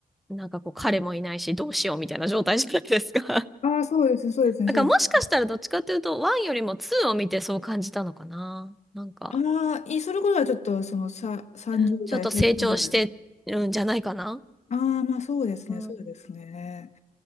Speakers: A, in the centre; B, on the left.
A: なんかこう彼もいないしどうしようみたいな状態じゃないですか。
B: うん。ああ、そうです、そうですね、
A: なんかもしかしたらどっちかというと、
B: そうです。
A: 1よりも2を見てそう感じたのかな。なんか、
B: ああ、いい、それこそはちょっと、その、さ、30代入ったぐらい。
A: うんちょっと成長してるんじゃないかな。
B: ああ、まあそうですね、
A: うん
B: そうですね。